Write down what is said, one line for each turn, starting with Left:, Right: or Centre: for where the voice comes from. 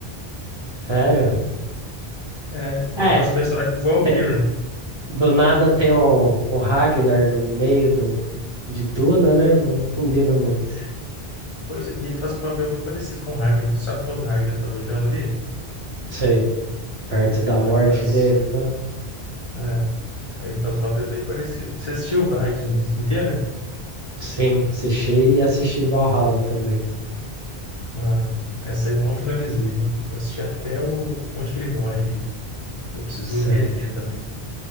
Right: Sério?
Left: É, ele
Right: É,
Left: faz um personagem igual
Right: tem-
Left: o Kieran.
Right: do nada tem o, o Ragnar no meio do, de Duna, né? Não combina muito.
Left: Coisa, e ele faz um papel muito parecido com o Ragnar. Sabe quando o Ragnar tá doidão ali?
Right: Sei, perto
Left: Então,
Right: da morte
Left: ele faz.
Right: dele, né?
Left: É, aí ele faz um papel bem parecido. Você assistiu Vikings inteira?
Right: Sim, assisti e assisti Valhalla também.
Left: Ah, essa aí eu não finalizei, né? Eu assisti até o, onde que ele morre ali. Eu preciso
Right: Sei.
Left: rever também.